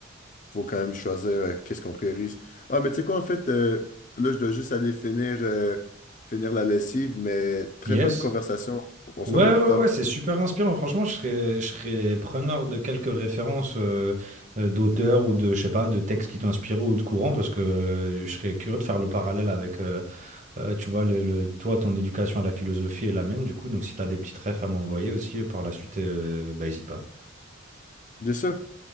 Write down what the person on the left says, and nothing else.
faut quand même choisir euh, qu'est-ce qu'on priorise. Ah, mais tu sais quoi, en fait, euh, là, je dois juste aller finir, euh, finir la lessive, mais très
bonne conversation. On
se reprend
plus tard.
Bien sûr.